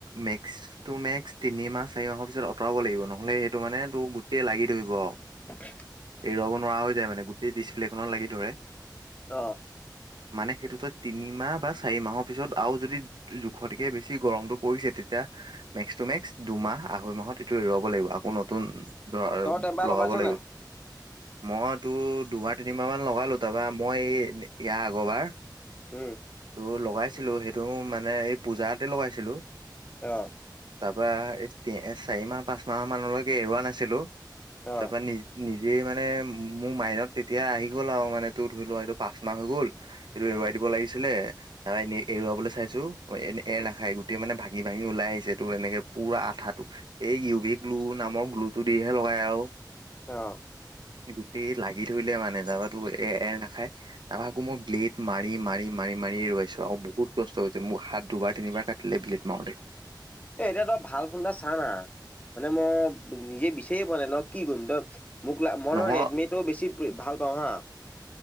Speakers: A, on the right; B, on the left.
A: মেক্স টো মেক্স তিনি মাহ, চাৰি মাহৰ পিছত আতৰাব লাগিব নহ'লে সেইটো মানে তোৰ গোটেই লাগি ধৰিব
B: <unintelligible>
A: এৰুৱাব নোৱাৰা হৈ যায় মানে গোটেই ডিচপ্লেখনত লাগি ধৰে
B: অ
A: মানে সেইটোতো তিনিমাহ বা চাৰি মাহৰ পিছত আও যদি জোখতকে বেছি গৰমটো পৰিছে তেতিয়া মেক্সতো মেক্স দুমাহ, আঢ়ৈ মাহত এইটো এৰুৱাব লাগিব আকৌ নতুন ধৰা
B: তই টেম্পাৰ
A: লগাব
B: লগাইছ
A: লাগিব
B: নাই?
A: মই তোৰ দুবাৰ তিনিবাৰমান লগালো তাৰপা মই ইয়া আগৰ বাৰ
B: উম
A: তো লগাইছিলো সেইটো মানে এই পূজাতে লগাইছিলোঁ
B: অহ
A: তাপা এই তে চাৰি মাহ পাঁচ মাহ মানলৈকে এৰুৱা নাছিলো
B: অ'
A: তাৰ পৰা নি নিজেই মানে মোৰ মাইনত তেতিয়া আহি গ'ল আও মানে তোৰ ধৰি লোৱা এইটো পাঁচ মাহ হৈ গ'ল এইটো
B: উম
A: এৰুৱাই দিব লাগিছিলে অহ এনেই এৰুৱাবলৈ চাইছো অহ এনে এৰ
B: উম
A: নাখাই গোটেই মানে ভাঙি ভাঙি ওলাই আহিছে তোৰ এনেকে পুৰা আঠাটো এই ইউ ভি গ্লু নামৰ গ্লু টো দিহে লগাই আৱ।
B: অ
A: গোটেই লাগি ধৰিলে মানে যাগাতো এ এৰ নাখায়। তাৰ আকৌ মই ব্লেড মাৰি মাৰি মাৰি মাৰি এৰোৱাইছো আকৌ বহুত কষ্ট হৈছে মোৰ হাত দুবাৰ তিনিবাৰ কাট টিলে ব্লেট মাৰোতে
B: এ এতিয়া তই ভাল ফোন এটা চানা মানে মই নিজে বিচাৰিয়ে পোৱা নাই ন কি কৰিম তই মোক লা মইধৰ
A: নহয়
B: ৰেডমিটো বেছি ভাল পাওঁ হা